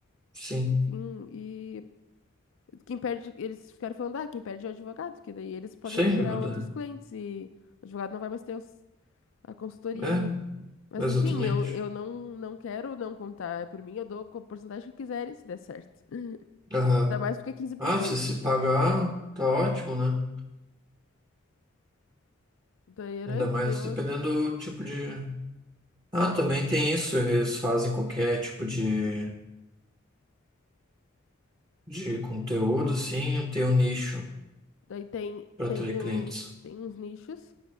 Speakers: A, on the right; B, on the left.
A: sim.
B: Enfim, e quem perde, eles ficaram falando, ah, quem perde é o advogado, que daí eles podem
A: Sem
B: procurar
A: dúvida.
B: outros clientes e o advogado não vai mais ter os- a consultoria
A: É,
B: ali. Mas
A: exatamente.
B: enfim, eu, eu não, não quero não contar. Por mim, eu dou com a porcentagem que quiserem, se der certo.
A: Aham.
B: Ainda mais porque é 15%,
A: Ah, se se
B: né?
A: pagar, tá ótimo, né?
B: Daí era
A: Ainda
B: isso.
A: mais
B: Daí, eu-
A: dependendo do tipo de. Ah, também tem isso. Eles fazem qualquer tipo de, de conteúdo, sim, tem um nicho
B: daí tem,
A: para
B: tem,
A: atrair
B: o,
A: clientes.
B: tem uns nichos,